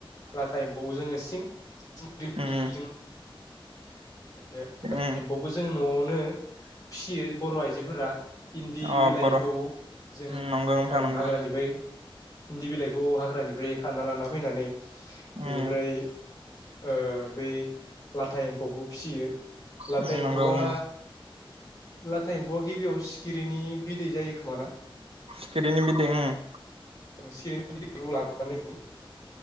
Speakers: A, on the left (about 40°); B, on the right (about 85°).
A: लाथा एम्फौखौ जोङो सिं <unintelligible>
B: उम
A: <inaudible> <unintelligible> लांदां
B: उम
A: एम्फौखौ जोङो न'आवनो नो फिसियो बर' आइजोफोरा इन्दि
B: अ
A: बिलाइखौ
B: बर'
A: जों
B: उम नंगौ
A: ओं
B: नोंथां नंगौ
A: हाग्रानिफाय इन्दि बिलाइखौ हाग्रानिफ्राय खाना लाना फैनानै
B: उम
A: बेनिफ्राय ओ बै लाथा एम्फौखौ फिसियो लाथा
B: उम
A: एम्फौआ
B: नंगौ उम
A: ला था एमफौआ गिबियाव सिखिरिनि बिदै जायो खोमा ना
B: सिखिरिनि बिदै उम
A: ओं सिखिरि नि बिदैखौ लाबोनानै <inaudible>